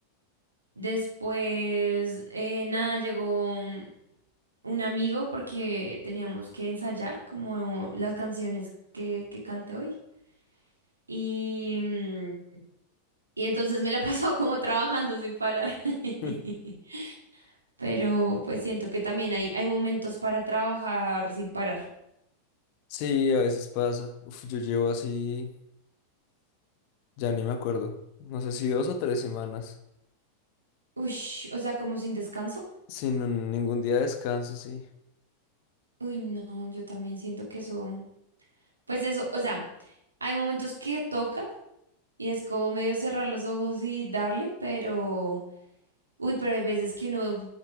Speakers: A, on the right (about 80°); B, on the left (about 45°).
A: después, eh, nada, llegó un amigo porque teníamos que ensayar como las canciones que, que canté hoy. Y mm, Y entonces me la <laughs> he pasado como trabajando sin parar. <laughs>
B: <laughs>
A: Pero pues siento que también hay, hay momentos para trabajar sin parar.
B: Sí, a veces pasa. Uf, yo llevo así, ya ni me acuerdo. No sé si dos o tres semanas.
A: Uy, o sea, como sin descanso.
B: Sin un- ningún día de descanso, sí.
A: Uy, no, yo también siento que eso, pues eso, o sea, hay momentos que toca y es como medio cerrar los ojos y darle, pero, uy, pero hay veces que uno